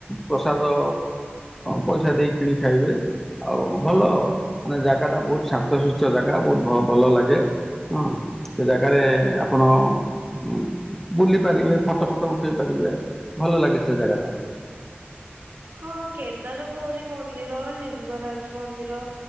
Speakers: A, in the centre; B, on the right.
A: ପ୍ରସାଦ ପଇସା ଦେଇ କିଣି ଖାଇବେ ଆଉ ଭଲ ମାନେ ଜାଗା ଟା ବହୁତ ଶାନ୍ତ ସୁଥ ଚଦ ଟା ବହୁତ ଭ ଭଲ ଲାଗେ ହଁ ସେ ଜାଗାରେ ଆପଣ ଉ ବୁଲି ପାରିବେ ଫଟୋ ଫଟ ଉଠ ପାରିବେ ଭଲ ଲାଗେ ସେ ଜାଗା ଟା
B: ହଁ କେଦାର ଗୌରୀ ମନ୍ଦିର ଲିଙ୍ଗରାଜ ମନ୍ଦିର